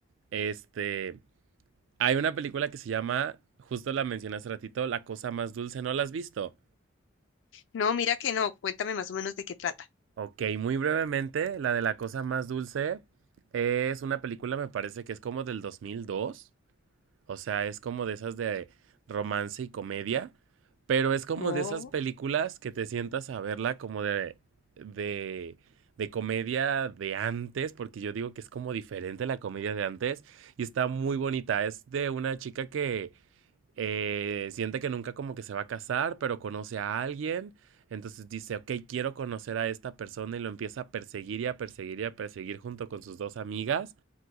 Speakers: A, on the right; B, on the left.
A: Este, hay una película que se llama, justo la mencioné hace ratito, La cosa más dulce. ¿No la has visto?
B: No, mira que no, cuéntame más o menos de qué trata.
A: Ok, muy brevemente, la de La cosa más dulce es una película, me parece que es como del 2002 O sea, es como de esas de romance y comedia, pero es como
B: Oh,
A: de esas películas que te sientas a verla como de, de, de comedia de antes, porque yo digo que es como diferente a la comedia de antes y está muy bonita. Es de una chica que eh, siente que nunca como que se va a casar, pero conoce a alguien. Entonces dice, ok, quiero conocer a esta persona y lo empieza a perseguir y a perseguir y a perseguir junto con sus dos amigas